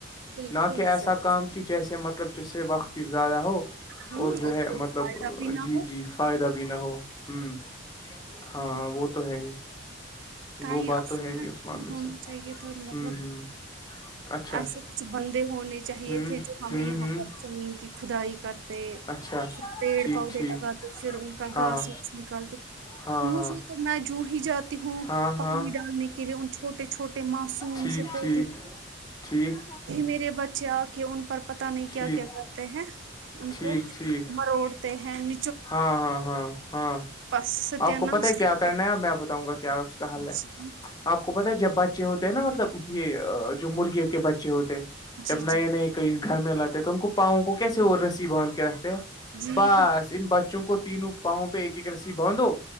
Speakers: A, on the right; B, on the left.
A: بالکل
B: نہ کہ ایسا
A: صحیح
B: کام کی جیسے مت مطلب جس سے وقت ہی زیادہ ہو
A: ہوں
B: اور جو ہے
A: کوئی
B: مطلب
A: فائدہ بھی نہ
B: جی
A: ہو
B: جی فائدہ بھی نہ ہو <inaudible> ہوں ہاں وہ تو ہے ہی
A: تائ
B: وہ بات
A: اصل
B: تو ہے ہی
A: نہیں
B: اس معاملے
A: ہونا
B: سے
A: چاہیے تھا مطلب
B: ہوں ہوں
A: <inaudible>
B: اچھا
A: ایسے کچھ بندے ہونے چاہیے
B: ہوں
A: تھے جو ہمیں
B: ہوں
A: یہاں
B: ہوں
A: پر زمین کی کھدائی کرتے
B: اچھا
A: پھر پیڑ
B: ٹھیک
A: پودے
B: ٹھیک
A: لگاتے پھر ان کا
B: ہاں
A: گاس وس نکالتے
B: ہاں
A: مجھے
B: ہاں
A: تو میں جو ہی جاتی ہوں
B: ہاں
A: پانی
B: ہاں
A: ڈالنے کے لیے ان چھوٹے چھوٹے معاسوم
B: ٹھیک
A: سےپو
B: ٹھیک ٹھیک
A: میرے بچے آ کے ان پر پت نہیں کیا
B: ٹھیک
A: کیا کرتے ہیں ان
B: ٹھیک
A: کو
B: ٹھیک
A: مروڑتے ہیں ان
B: ہاں ہاں ہاں ہاں
A: بس ستیہ
B: آپ کو
A: ناش
B: پتا ہے کیا
A: کر
B: کرنا
A: کے
B: ہے اب میں بتاؤں گا کیا اس کا حل ہے
A: جی
B: آپ کو پت ہے جب بچے ہوتے ہیں نا مطلب یہ جو مرغیوں کے بچے ہوتے ہیں
A: جی
B: جب نئے
A: جی
B: نئے کوئی گھر میں لاتے تو ان کو پاؤں کو کیسے اور رسی باند کے رکھتے ہیں
A: جی
B: بس
A: ہاں
B: ان بچوں کو تینوں پاؤں پہ ایک ایک رسی بانھو